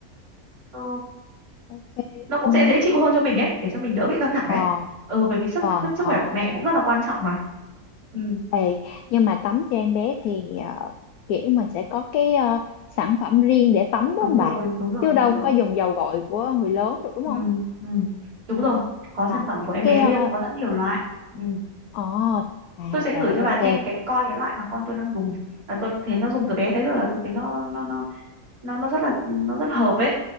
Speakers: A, on the right (about 75°); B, on the left (about 80°).
A: ờ,
B: ok
A: nó cũng
B: ừ.
A: sẽ dễ chịu hơn cho mình ấy để cho mình đỡ bị căng thẳng
B: ờ
A: ấy ừ bởi vì sức
B: ờ
A: sức
B: ờ
A: khỏe của mẹ cũng rất là quan trọng mà ừ
B: Ê, nhưng mà tắm cho em bé thì ờ, kiểu mình sẽ có cái ờ, sản phẩm riêng để tắm đúng
A: đúng
B: không
A: rồi
B: bà?
A: đúng rồi
B: Chứ đâu
A: đúng rồi
B: có dùng dầu gội của người lớn được đúng
A: ừ,
B: không?
A: ừ. đúng rồi có
B: Ờ,
A: sản phẩm của em
B: cái
A: bé
B: ờ,
A: riêng có rất nhiều loại ừ.
B: ờ, à
A: tôi sẽ
B: rồi
A: gửi cho
B: ok.
A: bà xem cái coi cái loại mà con tôi đang dùng à, tôi thấy nó dùng từ bé tới giờ là tôi thấy nó nó nó nó nó rất là nó rất là hợp ấy